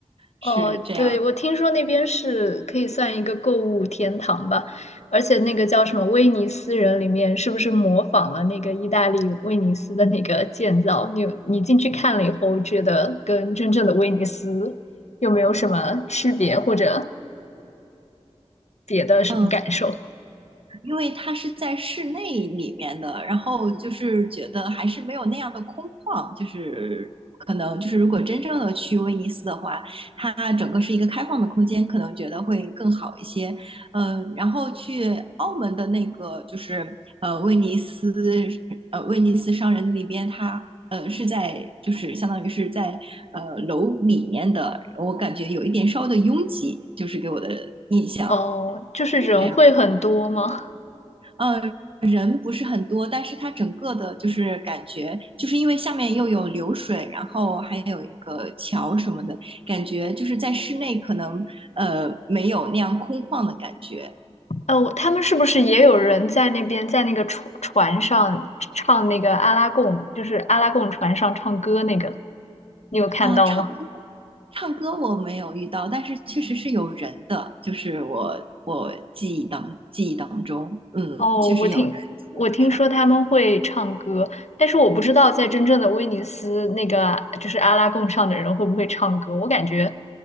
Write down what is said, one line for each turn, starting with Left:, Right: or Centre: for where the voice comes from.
Right: 是这样。
Left: 哦，对，我听说那边是可以算一个购物天堂吧，而且那个叫什么威尼斯人里面，是不是模仿了那个意大利威尼斯的那个建造？你你进去看了以后，觉得跟真正的威尼斯有没有什么区别，或者别的什么感受？
Right: 嗯。因为它是在室内里面的，然后就是觉得还是没有那样的空旷，就是可能就是如果真正的去威尼斯的话，它整个是一个开放的空间，可能觉得会更好一些。嗯，然后去澳门的那个就是呃威尼斯呃威尼斯商人那边，它呃是在就是相当于是在呃楼里面的，我感觉有一点稍微的拥挤，就是给我的印象
Left: 哦，就是人会很多吗？
Right: 是这样。呃，人不是很多，但是它整个的就是感觉，就是因为下面又有流水，然后还有一个桥什么的，感觉就是在室内可能呃没有那样空旷的感觉
Left: 哦，他们是不是也有人在那边，在那个船船上唱那个阿拉贡，就是阿拉贡船上唱歌那个？你有看到吗？
Right: 啊、唱歌，唱歌我没有遇到，但是确实是有人的，就是我我记忆当记忆当中，嗯，
Left: 哦，
Right: 确实有人坐那个船，
Left: 我听我听说他们会唱歌，但是我不知道在真正的威尼斯那个就是阿拉贡上的人会不会唱歌。我感觉，